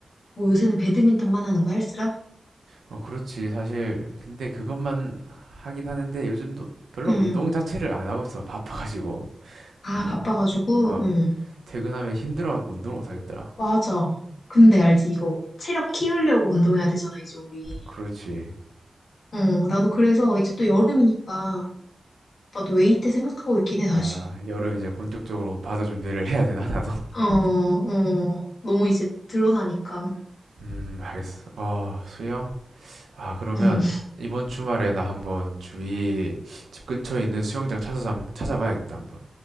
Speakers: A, on the left; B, on the right.
A: 뭐 요새는 배드민턴만 하는 거야, 헬스랑?
B: 어, 그렇지. 사실, 근데 그것만 하긴 하는데 요즘도 별로
A: 응,
B: 운동 자체를 안 하고 있어. 바빠가지고.
A: 아,
B: 운동.
A: 바빠가지고,
B: 아,
A: 응.
B: 퇴근하면 힘들어갖고 운동을 못 하겠더라.
A: 맞아. 근데 알지, 이거. 체력 키우려고 운동해야 되잖아, 이제 우리.
B: 그렇지.
A: 어, 나도 그래서 이제 또 여름이니까 나도 웨이트 생각하고 있긴 해, 다시.
B: 아, 여름 이제 본격적으로 바다 준비를 해야 되나, 나도? <laughs>
A: 어, 어, 너무 이제 드러나니까.
B: 음, 알겠어. 아, 수영? 아, 그러면
A: 응.
B: 이번 주말에 나 한번 주위 집 근처에 있는 수영장 찾아서 한번 찾아봐야겠다, 한번.